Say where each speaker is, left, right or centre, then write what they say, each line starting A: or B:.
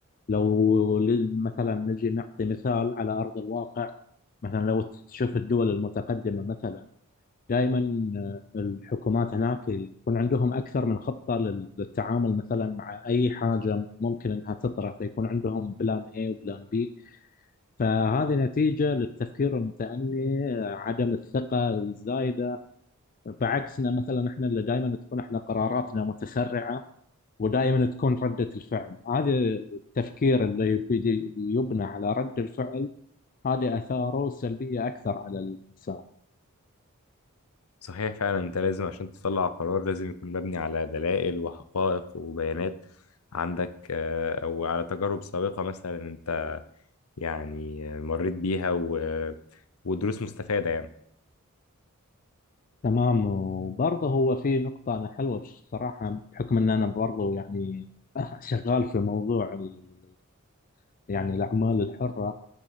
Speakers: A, on the left; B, on the left.
A: لو ل- مثلا نجي نعطي مثال على أرض الواقع مثلا لو تشوف الدول المتقدمة مثلا دائما آه، الحكومات هناك يكون عندهم أكثر من خطة لل- للتعامل مثلا مع أي حاجة ممكن أنها تطرح فيكون عندهم بلان A وبلان B فهذه نتيجة للتفكير المتأني آه، عدم الثقة الزايدة بعكسنا مثلا احنا اللي دائما تكون احنا قراراتنا متسرعة ودائما تكون ردة الفعل هذا التفكير اللي يبي- يبنى على رد الفعل هذا آثاره سلبية أكثر على الإنسان
B: صحيح فعلا انت لازم عشان تطلع قرار لازم يكون مبني على دلائل وحقائق وبيانات عندك آه، او على تجارب سابقة مثلا انت يعني مريت بيها و... ودروس مستفادة يعني
A: تمام وبرضه هو في نقطة أنا حلوة بصراحة بحكم أن أنا برضه يعني <laughs> شغال في موضوع ال- يعني الأعمال الحرة